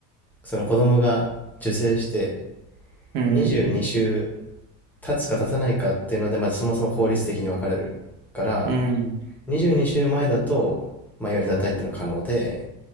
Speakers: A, in the centre; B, on the right.
A: その子供が受精して
B: い。うん、
A: 22週経つか経たないかっていうので、まずそもそも法律的に分かれるから、
B: うん、
A: 22週前だと、まあ、いわゆる堕胎っていうのは可能で、